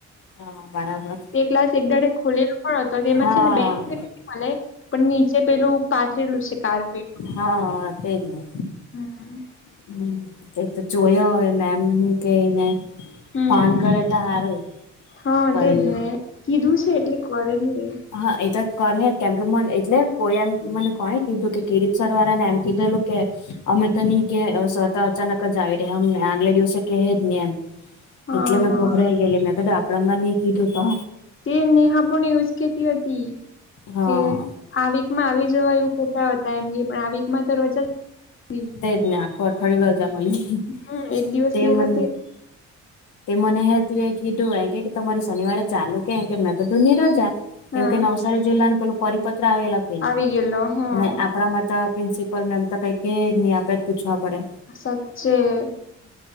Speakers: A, on the left; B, on the left.
A: હા. બરાબર.
B: તે ક્લાસ એક દાડે ખોલેલો પણ હતો તેમાં
A: હા
B: છે ને બે ચાલે પણ નીચે પેલું પાથરેલું છે કાર્પેટ નું
A: હા. એ જ ને
B: હા એ
A: હમ્મ તે તો જોયે અવે મેમ હું કેય એને
B: હમ
A: ફોન કરે તો હારું
B: હા
A: પહી
B: તેજ ને કીધું છે એટલે કરે ની એ
A: હં એ તો કરહે જ કેમ કે મને એટલે કોઈએ મને કોણે કીધું કે કિરીટ સરવારા ને એમ કીધેલું કે અમે તો ની કે સર તો અચાનક જ આવી રેહે અમને આગલે દિવસે કેહે જ ની એમ
B: હા
A: એટલે મેં
B: હા
A: ગભરાય ગેલી મેં કીધું આપડામાં ની કીધું તો
B: તે નીહા પણ એવુ જ કેતી અતી
A: હા.
B: કે આ વીકમાં આવી જવાય એવું કેતા હતા એમ કે પણ આ વીકમાં તો રજા જ બી
A: તેજ ને આખો અઠવાડયુ રજા મલી
B: હમ એક દિવસ
A: તે
B: ગેલ
A: મને
B: હતી
A: તે મને હેતવી એ કીધું એમ કે કે તમારી શનિવારે ચાલુ કે એમકે મેં તો ની રજા કેમ
B: હા
A: કે નવસારી જિલ્લાનું પેલું પરિપત્ર આવેલા કે ની
B: આવી ગયેલો હા
A: ને આપડા માં તો પ્રિન્સિપલ મેમ તો કઈ કે જ ની આપડે જ પૂછવા પડે
B: સાચે